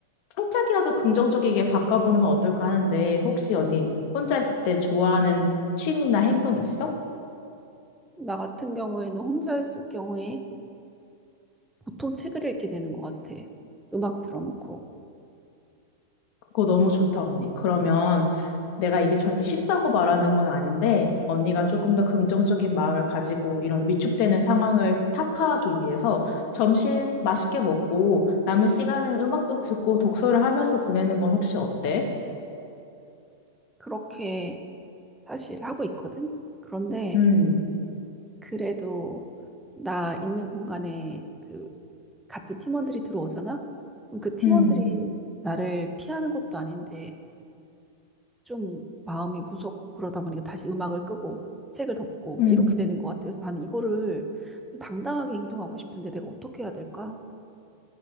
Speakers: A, on the left (about 40°); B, in the centre.
A: 살짝이라도 긍정적이게 바꿔보는 건 어떨까 하는데, 혹시 언니 혼자 있을 때 좋아하는 취미나 행동 있어?
B: 나 같은 경우에는 혼자 있을 경우에 보통 책을 읽게 되는 것 같아. 음악 틀어놓고.
A: 그거 너무 좋다, 언니. 그러면 내가 이게 절대 쉽다고 말하는 건 아닌데, 언니가 조금 더 긍정적인 마음을 가지고 이런 위축되는 상황을 타파하기 위해서 점심 맛있게 먹고 남은 시간을 음악도 듣고 독서를 하면서 보내는 건 혹시 어때?
B: 그렇게 사실 하고 있거든? 그런데,
A: 음,
B: 그래도 나 있는 공간에 그 같은 팀원들이 들어오잖아? 그럼 그 팀원들이
A: 음,
B: 나를 피하는 것도 아닌데 좀 마음이 무섭고 그러다 보니까 다시 음악을 끄고 책을 덮고
A: 음.
B: 이렇게 되는 것 같아요. 그래서 나는 이거를 좀 당당하게 행동하고 싶은데 내가 어떻게 해야 될까?